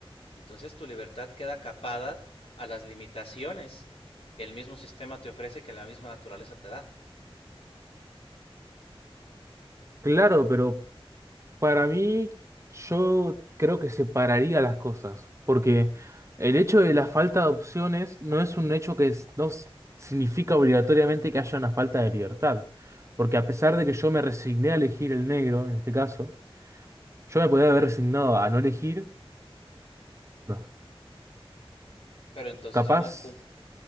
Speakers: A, on the left; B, on the right.
A: Entonces tu libertad queda capada a las limitaciones que el mismo sistema te ofrece, que la misma naturaleza te da.
B: Claro, pero Para mí, yo creo que separaría las cosas, porque el hecho de la falta de opciones no es un hecho que es- no s- significa obligatoriamente que haya una falta de libertad, porque a pesar de que yo me resigné a elegir el negro, en este caso, yo me podía haber resignado a no elegir, no.
A: Pero entonces
B: capaz,
A: ya no cum